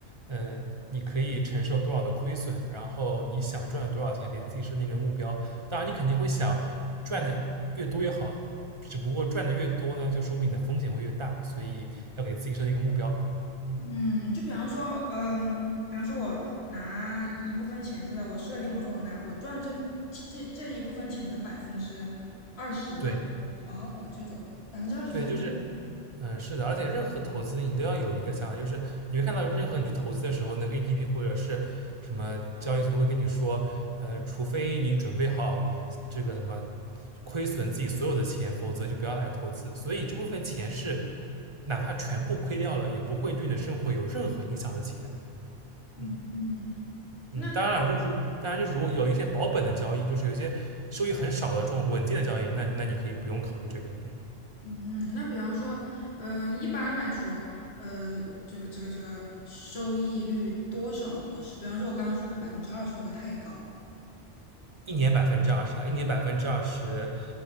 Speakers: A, on the right (about 30°); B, on the left (about 60°).
A: 呃，你可以承受多少的亏损，然后你想赚多少钱，给自己设定一个目标。当然，你肯定会想赚的越多越好，只不过赚的越多呢，就说明你的风险会越大，所以要给自己设定一个目标。嗯，
B: 嗯，就比方说，嗯，比方说我拿一部分钱出来，我设定我说我拿我赚这这这一部分钱的百分之二十，我
A: 对。
B: 哦这种百分之二十算
A: 对，就是，嗯，是的，而且任何投资你都要有一个想法，就是你会看到任何你去投资的时候，那个 APP 或者是什么交易所都会跟你说，呃，除非你准备好这个什么亏损自己所有的钱，否则就不要来投资。所以这部分钱是哪怕全部亏掉了，也不会对你的生活有任何影响的钱。嗯
B: 嗯。
A: 嗯，
B: 那。
A: 当然了，就如当然就如果有一些保本的交易，就是有一些收益很少的这种稳健的交易，那那你可以不用考虑这个。嗯
B: 嗯，那比方说，嗯，一般来说，呃，这个这个这个收益率多少合适？比方说，我刚刚说的百分之二十会不会太高？
A: 一年百分之二十啊，一年百分之二十，